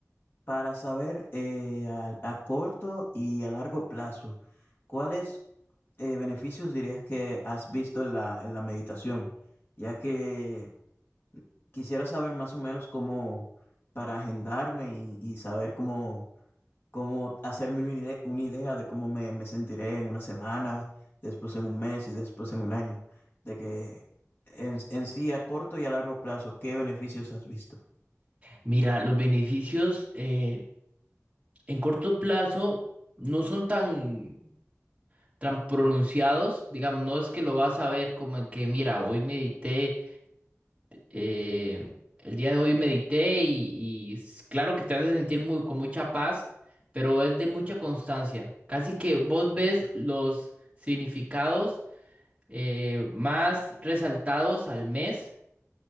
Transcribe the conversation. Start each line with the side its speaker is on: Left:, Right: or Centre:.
Left: para saber eh, al- a, corto y a largo plazo, ¿cuáles eh, beneficios dirías que has visto en la, en la meditación? Ya que quisiera saber más o menos cómo para agendarme y, y saber cómo, como hacerme una idea, una idea de cómo me, me sentiré en una semana, después en un mes y después en un año, de que en, en sí a corto y a largo plazo, ¿qué beneficios has visto?
Right: Mira, los beneficios, eh, en corto plazo no son tan, tan pronunciados, digamos, no es que lo vas a ver como en que, mira, hoy medité, eh, el día de hoy medité y, y s- claro que te hace sentir muy, con mucha paz, pero es de mucha constancia. Casi que vos ves los significados eh, más resaltados al mes.